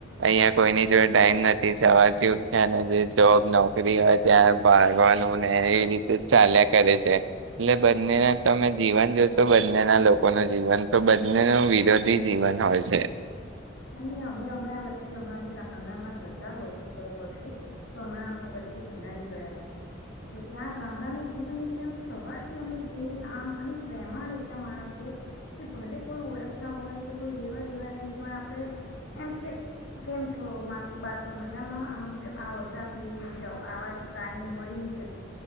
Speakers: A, on the right; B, on the left.
A: અહિયાં કોઈની જોડે ડાઇમ નથી. સવારથી ઉઠ જે જોબ નોકરી હોય ત્યાં ભાગવાનું ને એવી રીતે ચાલ્યા કરે છે એટલે બંનેના તમે જીવન જોશો બંનેના લોકો નું જીવન તો બંનેનું વિરોધ બી જીવન હોય છે.
B: અને અમે હમણાં વચ્ચે અમારે ગામડામાં ધજા હોય છે દર વર્ષે તો હમણાં અમે વચ્ચે ધનારી ગયા હતા તો ત્યાં ગામડાનું જીવન એટલે એમ સવારથી અમે જોઈએ આમ અને પ્રેમાળ એટલા માણસો કે ભલે કોઈ ઓળખતા હોય કે કોઈ લેવા દેવાના એ પણ આપણે એમ કે કેમ છો મા બાસા મજામાં આમ કે આવો ચા પીવીને જાઓ આવા છે તો આઈને મળીને જજો